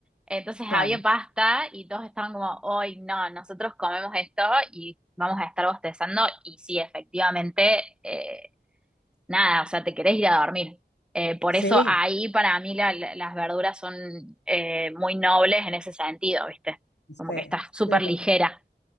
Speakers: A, in the centre; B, on the left.
A: Entonces
B: Claro,
A: había pasta y todos estaban como, hoy no, nosotros comemos esto y vamos a estar bostezando. Y sí, efectivamente, eh, nada, o sea, te querés ir a dormir. Eh, por
B: sí,
A: eso ahí para mí la- la- las verduras son eh, muy nobles en ese sentido, ¿viste?
B: sí, sí,
A: Como
B: te
A: que estás súper ligera.